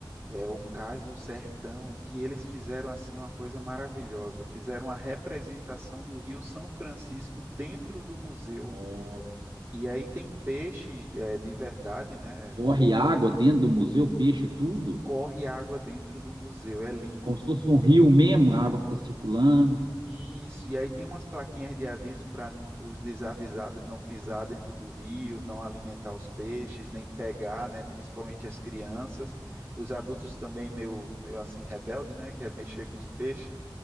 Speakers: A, on the right; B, on the right.
A: é o Cais do Sertão, que eles fizeram assim uma coisa maravilhosa. Fizeram uma representação do Rio São Francisco dentro do museu.
B: ó,
A: E aí tem peixe, é, de verdade, né?
B: corre
A: Bom,
B: água dentro do museu, peixe, tudo,
A: corre água dentro do museu. É lindo.
B: como se fosse um rio mesmo, a água fica circulando,
A: Isso, e aí tem umas plaquinhas de aviso para os desavisados não pisar dentro do rio, não alimentar os peixes, nem pegar, né, principalmente as crianças. Os adultos também meio, meio assim rebelde, né, quer mexer com os peixes,